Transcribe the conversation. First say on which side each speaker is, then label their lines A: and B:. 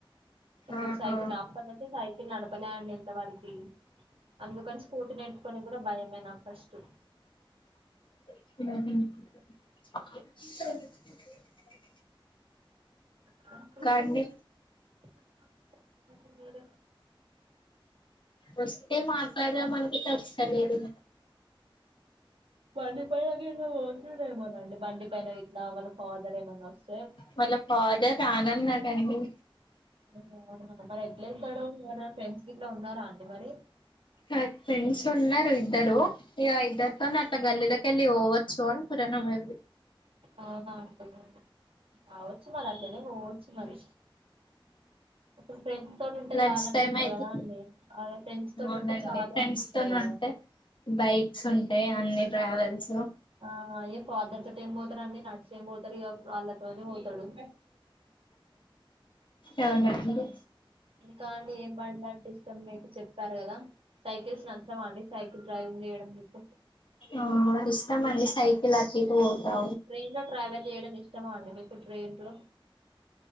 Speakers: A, on the right; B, on the left.
A: ఎద్దుక్
B: ఆహా
A: సైకిల్ అప్పనుంచి సైకిల్ నడపలే అండి ఇంతవరకి అందుకని స్కూటీ నేర్చుకొని కూడా భయమే నా ఫస్ట్
B: ఊహు
A: <inaudible>
B: అండి వస్తే మాట్లాడుదాం అనుకుట్టే ఒస్సలేడు
A: బండి పైన <unintelligible> వోసడేమో నండి బండి పైన ఇట్లా వాళ్ళ ఫాదర్ ఏమన్నా ఒస్
B: వాళ్ళ ఫాదర్ రానన్నాడండి
A: అవునా, మరి ఎట్ల ఎల్తడూ ఎవరన్ ఫ్రెండ్స్ గిట్లా ఉన్నారా అండి మరి
B: అ ఫ్రండ్స్ ఉన్నారు ఇద్దరూ ఇగ ఇద్దర్తోన్ అట్ల గల్లిలకెన్ ల్లి వోవచ్చు అడ <unintelligible>
A: అవునా అండి కావచ్చు మరి అట్లనే పోవచ్చు మరి ఇపుడు ఫ్రెండ్స్ తోటి ఉంటే
B: లంచ్
A: చాలనుకుంటారు
B: టైం అయితే
A: కదా అండి అదే ఫ్రెండ్స్ తోటి
B: అవునండి
A: ఉంటే చాలు
B: ఫ్రెండ్స్
A: అనుకుంటారు
B: తోనుంటే
A: కదా
B: బైక్స్ ఉంటయ్ అన్ని ట్రావెల్స్
A: ఆ ఏ ఫాదర్ తోటి ఏం పోతారండి నడ్సేం బోతరు ఇక వాళ్ళతోనే వోతడు
B: అవునా అండి
A: ఇంకా అండి ఏం బండి అంటే ఇష్టం మీకు చెప్పారు గదా, సైకిల్స్ నచ్చవా అండి సైకిల్ డ్రైవ్. నేడం ఇప్పు
B: ఆ ఇస్థం అండి సైకిల్ అటిటు వోతా
A: ట్రైన్లో ట్రావెల్ చేయడం ఇష్టమా అండి మీకు ట్రైన్లో